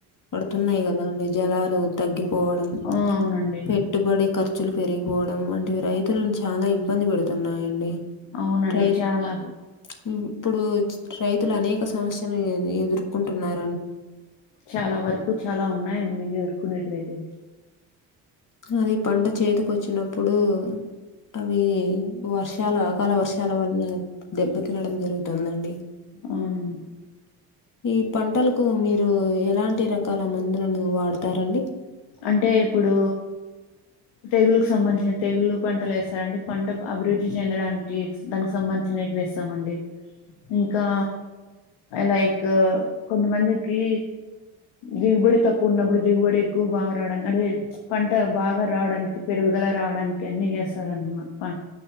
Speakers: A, on the left; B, on the left.
A: పడుతున్నాయి కదా అండి జలాలు తగ్గిపోవడం
B: ఆ అవునండి
A: పెట్టుబడి ఖర్చులు పెరిగిపోవడం వంటివి రైతులను చాలా ఇబ్బంది పెడు తున్నాయండి
B: అవునండి
A: రై
B: చాలా
A: త్ మ్ ఇప్పుడు రైతులు అనేక సమస్యలను ఎదుర్కొంటున్నారు
B: చాలా వరకు చాలా ఉన్నాయండి ఎదుర్కొ నేటివయితే
A: అది పంట చేతికి వచ్చినప్పుడు అవి వర్షాలు అకాల వర్షాల వల్ల దెబ్బ తినడం జరుగుతుందండి
B: అవునండి
A: ఈ పంటలకు మీరు ఎలాంటి అన్ని రకాల మందులను వాడతారండి
B: అంటే ఇప్పుడు తెగులకి సంబంధించిన తెగులు పంటలు వేస్తారండి పంట అభివృద్ధి చెందడానికి దానికి సంబంధించినెట్ వేస్తామండి ఇంకా లైక్ కొంతమందికి దిగుబడి తక్కువ ఉన్నప్పుడు దిగుబడి ఎక్కువ బాగా రావడానికి అదే పంట బాగా రావడానికి పెరుగుదల రావడానికి అన్ని చేస్తారండి మా ప